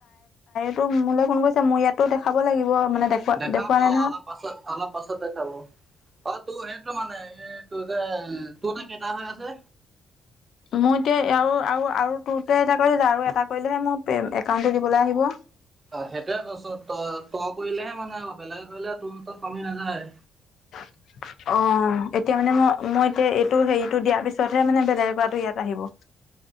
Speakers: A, on the left; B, on the right.
A: টো মোলে ফোন কৰিছে, মোৰ ইয়াতো দেখাব লাগিব। মানে দেখুৱা
B: দেখাব
A: দেখুৱা নাই নহয়।
B: অলপ পাছত অলপ পাছত দেখাব অ' তোৰ হেইটো এইটো মানে এইটো যে তোৰ ত কেইটা হৈ আছে।
A: মই এতিয়া আৰু তোৰ এটা কৰিল আৰু এটা কৰিলেহে মোৰ একাউন্টটো দিবলৈ আহিব।
B: অ' সেইটোয়ে কৈছ তই তই কৰিলেহে মানে বেলেগে কৰিলে তোৰ তাত কমি নাযায়।
A: <inaudible> অ', এতিয়া মানে ম-মই এতিয়া এইটো-হেৰিটো দিয়াৰ পিছতহে মানে বেলেগ কৰাটো ইয়াত আহিব। <inaudible>